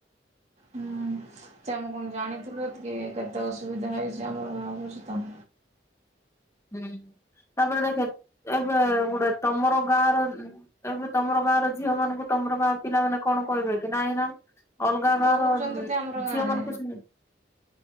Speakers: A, on the right; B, on the left.
A: ହୁଁ ତ ଆମେ କଣ ଜାଣିଥିଲୁ କି ଏତିକି କେତେ ଅସୁବିଧା ହେଇଛି ଆମର ଭାବୁଛୁ ତ।
B: ହୁଁ ତାପରେ ଦେଖେ ଏବେ ଗୋଟେ ତମର ଗାଁ ର ତା ପରେ ତମର ଗାଁର ଝିଅ ମାନଙ୍କୁ ତମର ଗାଁ ପିଲାମାନେ କଣ କହିବେକି ନାଇଁ ନା। ଅଲଗା
A: କହୁଛନ୍ତି
B: ଗାଁ ର
A: ତ ଆମର ଗାଁରେ
B: ଝିଅ ମାନଙ୍କୁ ସିନ